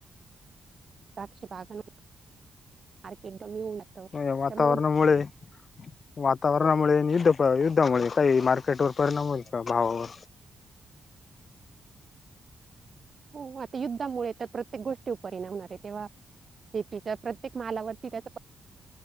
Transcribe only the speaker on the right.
द्राक्ष बागांना,, मार्केट कमी होऊन जातं.
त्यामुळे
हो,, आता युद्धामुळे तर प्रत्येक गोष्टीवर परिणाम होणार आहे तेव्हा शेतीच्या प्रत्येक मालावरती त्याचा